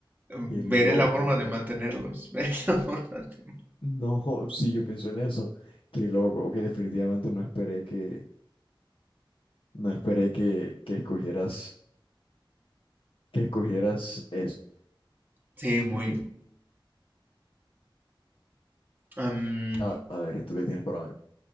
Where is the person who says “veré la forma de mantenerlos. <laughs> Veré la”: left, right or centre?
Right